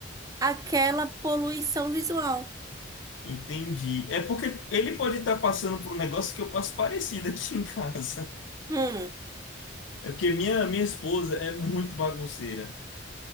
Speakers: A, on the right; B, on the left.
A: aquela poluição visual.
B: Entendi. É porque ele pode estar passando por um negócio que eu passo parecido aqui em casa.
A: Hum,
B: É porque minha, minha esposa é muito bagunceira.